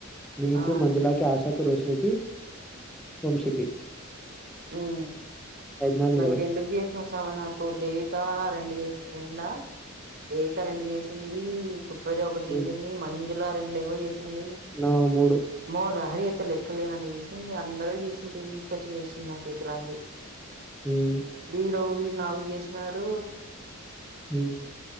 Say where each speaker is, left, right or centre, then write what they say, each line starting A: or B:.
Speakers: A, in the centre; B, on the right (about 50°).
A: నీకు
B: ఆ
A: మంజులాకి ఆశ కు రోషినికి వంశి కి
B: మ్మ్
A: నాలుగు
B: నాకు
A: ఇరవై
B: దెండుగ చేసినవ్ సామ నాకు దేవిక రెండు చేసి రెండా దేవిక రెండు చేసింది సుప్రజ ఒకటి
A: నేను
B: చేసింది మంజులా రెండు ఏమో చేసింది
A: నా మూడు
B: అమ్మో లహరి అయితే లెక్కలేనని చేసింది అందరూ చేసి తీసుకొచ్చి చేసింది నాకైతే లహరి
A: ఉమ్
B: వీడు వీడు నాలుగు చేసినాడు
A: మ్మ్